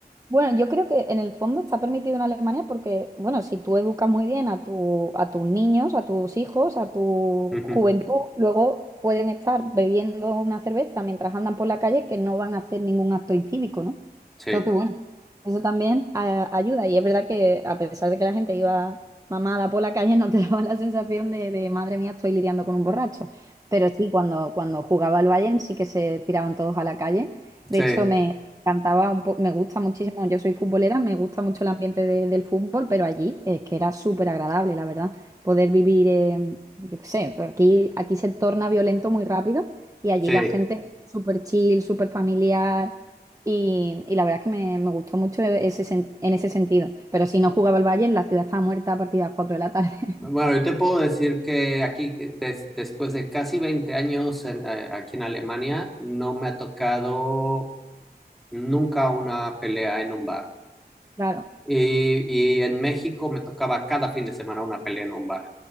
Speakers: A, on the right; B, in the centre.
A: Bueno, yo creo que en el fondo está permitido en Alemania porque, bueno, si tú educas muy bien a tu, a tus niños, a tus hijos, a tu
B: Ujú,
A: juventud, luego pueden estar bebiendo una cerveza mientras andan por la calle que no van a hacer ningún acto incívico, ¿no?
B: Sí,
A: Entonces, bueno, eso también a- ayuda. Y es verdad que a pesar de que la gente iba mamada por la calle, no te <laughs> daba la sensación de, de, madre mía, estoy lidiando con un borracho. Pero sí, cuando, cuando jugaba al Bayern sí que se tiraban todos a la calle. De
B: sí,
A: hecho, cantaba un po- me gusta muchísimo, yo soy futbolera, me gusta mucho el ambiente de- del fútbol, pero allí es que era súper agradable, la verdad, poder vivir, eh, yo qué sé, pues aquí, aquí se torna violento muy rápido y allí
B: sí.
A: la gente es súper chill, súper familiar y, y la verdad es que me, me gustó mucho ese, sen- en ese sentido, pero si no jugaba el Bayern, la ciudad estaba muerta a partir de las 4 de la tarde.
B: Bueno,
A: <laughs>
B: yo te puedo decir que aquí, eh, des- después de casi 20 años en- eh, aquí en Alemania, no me ha tocado nunca una pelea en un bar.
A: Claro,
B: Y, y en México me tocaba cada fin de semana una pelea en un bar.